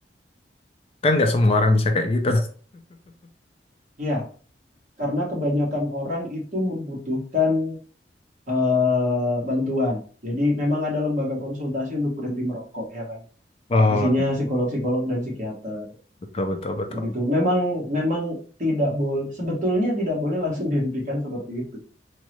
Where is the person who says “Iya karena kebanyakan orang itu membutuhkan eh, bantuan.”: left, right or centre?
Right